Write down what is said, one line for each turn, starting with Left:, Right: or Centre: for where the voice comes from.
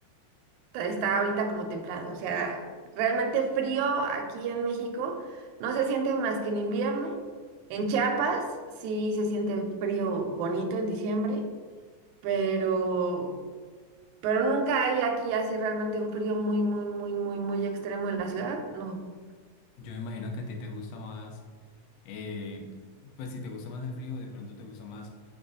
Right: ta- está ahorita como templado. O sea, realmente frío aquí en México no se siente más que en invierno. En Chiapas sí se siente frío bonito en diciembre. pero, pero nunca hay aquí así realmente un frío muy, muy, muy, muy, muy extremo en la ciudad, no.
Left: Yo me imagino que a ti te gusta más, eh, pues si te gusta más el frío, de pronto te gusta más